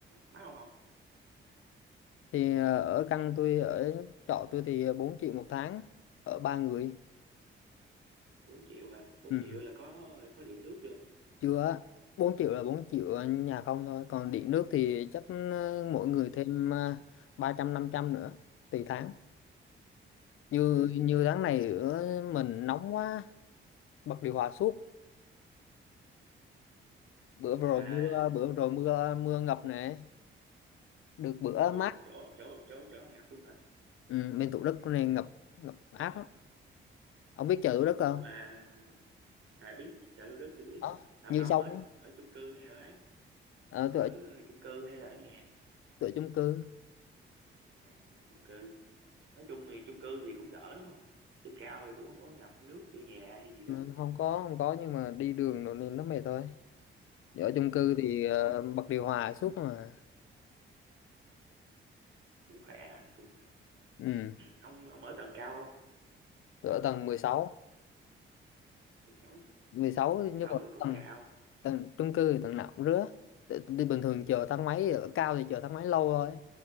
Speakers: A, on the right; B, on the left.
A: mắc không không
B: thì ờ, ở căn tôi ở trọ tôi thì 4 triệu một tháng ở ba người
A: bốn triệu hả bốn
B: ừ,
A: triệu là có có điện nước chưa
B: chưa á. 4 triệu là 4 triệu nhà không thôi còn điện nước thì chắc ờ, mỗi người thêm ờ, ba trăm năm trăm nữa tùy tháng như
A: Đó.
B: như tháng này ở mình nóng quá bật điều hòa suốt bữa
A: mà
B: vừa rồi mưa bữa vừa rồi mưa mưa ngập nè được bữa
A: ồ
B: mát
A: chỗ chỗ chỗ chỗ ông ngập luôn hả
B: ừ, bên Thủ Đức này ngập ngập ác lắm ông biết chợ Thủ Đức không
A: ủa mà ai biết chợ Thủ Đức tôi biết
B: đó
A: à
B: như
A: mà ông
B: sông
A: ở
B: á.
A: ở chung cư hay ở ấy
B: ờ,
A: ở
B: tôi ở,
A: ờ, chung cư hay là ở nhà
B: tôi ở chung cư
A: à chung cư nói chung thì chung cư thì cũng đỡ đúng không trên cao thì cũng không có ngập nước vô nhà hay gì đó
B: ừ, không có không có nhưng mà đi đường rồi nên nó mệt thôi ở chung cư
A: Ờ.
B: thì ờ, bật điều hòa suốt mà
A: cũng khỏe à cũng khỏe
B: ừ.
A: ông ông ở tầng cao không
B: tôi ở tầng mười sáu
A: mười sáu rồi
B: mười sáu
A: mười
B: nhưng
A: sáu
B: mà
A: thì cũng
B: tầng
A: cao
B: tầng chung cư thì tầng nào cũng rứa Tự- đi bình thường chờ thang máy ở cao thì chờ thang máy lâu thôi